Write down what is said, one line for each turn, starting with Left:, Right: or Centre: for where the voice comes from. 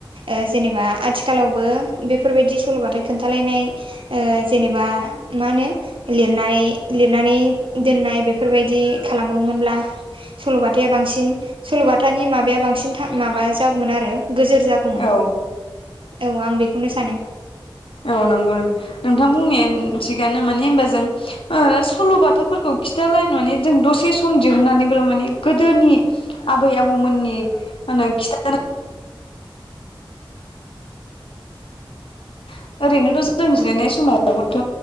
Right: ओ जेनेबा आथिखालावबो बेफोरबायदि सल'बाथा खोनथालायनाय ओ जेनेबा मा होनो लिरनानै लिरनानै दोननाय बेफोरबायदि खालामोमोनब्ला सल'बाथा बांसिन सल'बाथानि माबाया बांसिन माबा जागौमोन आरो गोजोर जागौ गौमोन
Left: औ
Right: औ आं बेखौनो सानो
Left: औ नंगौ नोंथां बुंनाया थिगानो माने होनबा जों ओ सल'बाथाफोरखौ खि थालाय माने जों दसे सम दिहुननानैब्लाबो माने गोदोनि आबै आबौमोननि मा होनो खिथा <unintelligible> ओरैनोथ जों जिरायनाय समावबोथ